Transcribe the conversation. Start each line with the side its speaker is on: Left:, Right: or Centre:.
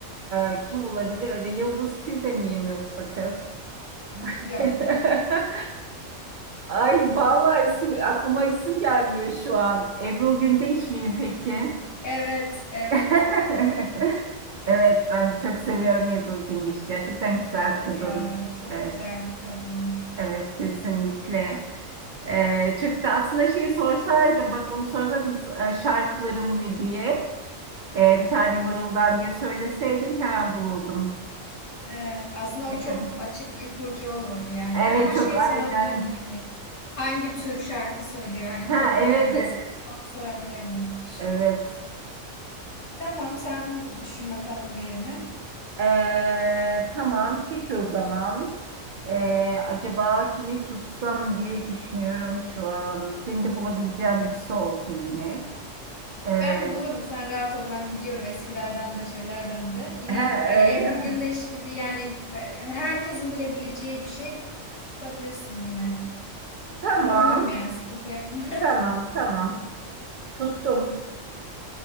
Right: e, kim olabilir? Acaba Yıldız Tilbe miyim yoksa kız?
Left: Yok.
Right: <laughs> Ay vallahi isim, aklıma isim gelmiyor şu an. Ebru Gündeş
Left: Y-
Right: miyim peki?
Left: Evet. Evet.
Right: <laughs> Evet, ben de çok seviyorum Ebru Gündeş. Gerçekten
Left: <laughs>
Right: güzel
Left: Evet
Right: kadın.
Left: ya. Çok
Right: Evet,
Left: güzel bir kadın.
Right: evet kesinlikle. Ee, çünkü aslında şeyi sorsaydım, bak onu sorsaydım e, şarkılarım ne diye, e, bir tane mırıldan diye söyleseydim hemen bulurdum.
Left: Evet. Aslında
Right: Peki.
Left: o çok açık ipucu olurdu yani.
Right: Evet
Left: Ama
Right: çok
Left: şey
Right: aynen.
Left: sorabilirdin hani hangi tür şarkı söylüyor? Hani
Right: Ha
Left: pop
Right: evet
Left: mu arabesk?
Right: evet
Left: mi? Onu sorabilirdin.
Right: evet.
Left: Tamam sen düşün bakalım birini.
Right: Ee, tamam peki o zaman. Ee, acaba kimi tutsam diye düşünüyorum şu an. Seni de bulabileceğim birisi olsun yine. Ee,
Left: Ben bulurum sen rahat ol ben biliyorum eskilerden de şeylerden de. Yine
Right: he,
Left: hani
Right: öyle
Left: Ebru Gündeş
Right: mi?
Left: gibi yani e, hani herkesin bilebileceği bir şey tutabilirsin yine.
Right: Tamam
Left: Ama bulurum yani sıkıntı yapma. <laughs>
Right: tamam tamam. Tuttum.